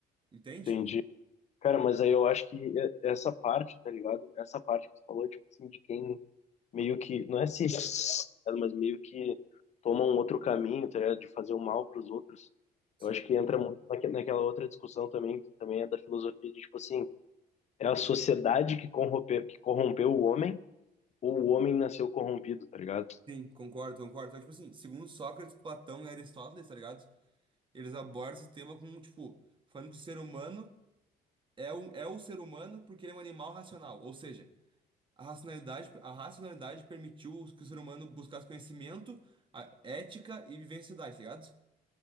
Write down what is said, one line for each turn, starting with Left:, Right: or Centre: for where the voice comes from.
Right: Entende?
Left: Entendi. Cara, mas aí eu acho que e- essa parte, tá ligado? Essa parte que você falou, tipo assim, de quem meio que, não é se rebela, tá ligado? mas meio que toma um outro caminho, tá ligado? De fazer o mal pros outros.
Right: Sim.
Left: Eu acho que entra muito naque- naquela outra discussão também, que também é da filosofia, de tipo assim, é a sociedade que corrompeu, que corrompeu o homem, ou o homem nasceu corrompido, tá ligado?
Right: Sim, concordo, concordo. Então, tipo assim, segundo Sócrates, Platão e Aristóteles, tá ligado? Eles abordam esse tema com, tipo, falando que o ser humano é o, é o ser humano porque ele é um animal racional. Ou seja, a racionalidade, a racionalidade permitiu que o ser humano buscasse conhecimento, a- ética e viver em sociedade, tá ligado?